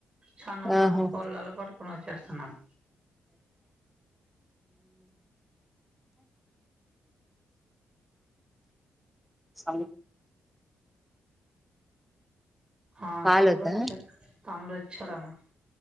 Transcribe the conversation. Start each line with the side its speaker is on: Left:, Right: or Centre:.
Right: సన్నం సన్నం
Centre: ఆహా
Right: పుల్లలు కొడుత్ వచ్చేస్తున్నాను.
Centre: అ
Right: ఆ
Centre: పాలొద్దా
Right: తమ్ముడు వచ్చాడు, తమ్ముడు వచ్చాడమ్మా